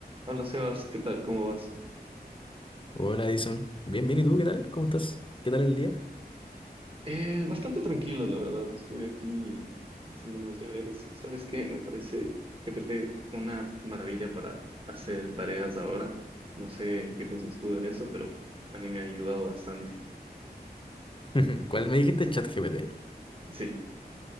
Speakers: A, on the right (about 30°); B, on the left (about 30°).
A: Hola Sebas, ¿qué tal? ¿Cómo vas?
B: Hola, Edison. Bien, bien, ¿y tú qué tal? ¿Cómo estás? ¿Qué tal el día?
A: Eh, bastante tranquilo, la verdad. Estuve aquí haciendo unos deberes. ¿Sabes qué? Me parece GPT una maravilla para hacer tareas ahora. No sé qué piensas tú de eso, pero a mí me ha ayudado bastante.
B: <laughs> ¿Cuál me dijiste? ChatGPT.
A: Sí,